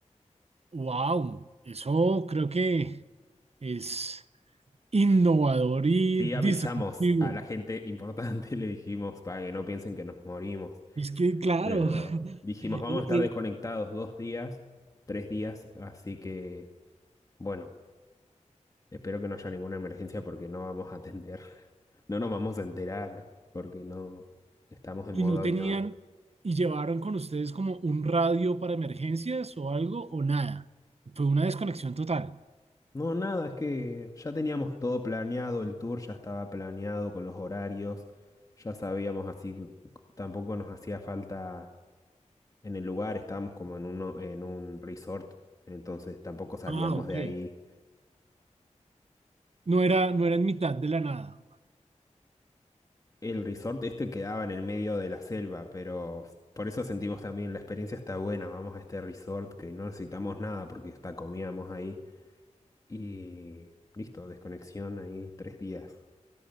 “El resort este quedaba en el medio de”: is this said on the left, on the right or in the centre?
Left